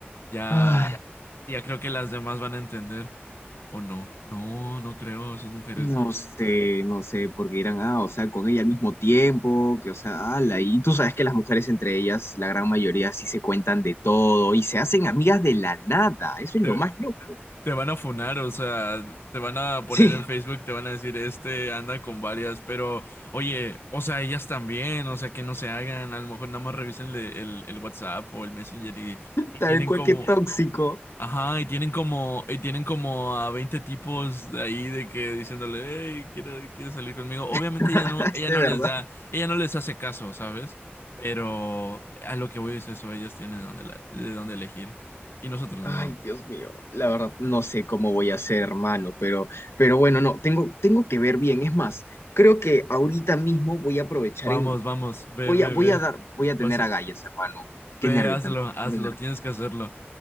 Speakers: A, on the left (about 65°); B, on the left (about 85°).
A: Ya,
B: Ay,
A: ya creo que las demás van a entender. ¿O no? No, no creo, esas mujeres.
B: no sé, no sé, porque dirán, ah, o sea, con ella al mismo tiempo, que, o sea, ala, y tú sabes que las mujeres entre ellas, la gran mayoría sí se cuentan de todo y se hacen amigas de la nada, eso es
A: Te,
B: lo más loco.
A: te van a funar, o sea, te van a poner
B: Sí,
A: en Facebook, te van a decir, este anda con varias, pero oye, o sea, ellas también, o sea, que no se hagan, a lo mejor nada más revisen el, el WhatsApp o el Messenger y, y
B: Tal
A: tienen
B: cual
A: como,
B: que tóxico.
A: Ajá, y tienen como, y tienen como a 20 tipos de ahí de que diciéndole, hey, quiere, quiere salir conmigo. Obviamente
B: <laughs>
A: ella no, ella
B: De
A: no
B: verdad.
A: les da, ella no les hace caso, ¿sabes? Pero a lo que voy es eso, ellos tienen dónde la- de dónde elegir. Y nosotros
B: Ay,
A: no.
B: Dios mío. La verdad, no sé cómo voy a hacer, hermano, pero, pero bueno, no, tengo, tengo que ver bien. Es más, creo que ahorita mismo voy a aprovechar
A: Vamos,
B: en,
A: vamos, ve,
B: voy
A: ve,
B: a, voy
A: ve.
B: a dar, voy a tener
A: Vas-
B: agallas, hermano. Qué
A: ve,
B: nervios,
A: hazlo,
B: me muero, me
A: hazlo,
B: muero de nervios.
A: tienes que hacerlo.